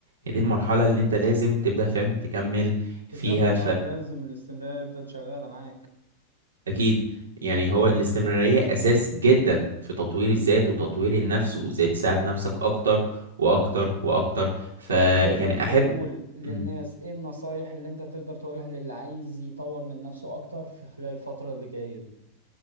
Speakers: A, on the right; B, on the right.
A: هي دي المرحلة اللي انت لازم تبدأ فاهم تكمل
B: تكمل
A: فيها
B: اه لازم الاستمراريه يفضل شغاله معاك
A: أكيد يعني هو الاستمرارية أساس جدا في تطوير الذات وتطوير النفس وإزاي تساعد نفسك أكتر وأكتر وأكتر فيعني
B: طب تقدر تقول
A: أحب
B: للناس
A: إمم.
B: ايه النصايح اللي انت تقدر تقولها للي عايز يطور من نفسه اكتر في خلال الفترة اللي جاية دي